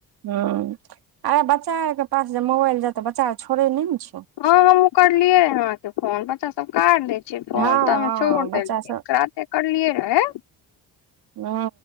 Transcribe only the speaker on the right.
हूँ अरे बच्चा आर के पास जे मोबाइल जा तऽ बच्चा आर छोड़ै नहि ने छैय
हँ
हँ
बच्चा सब
हू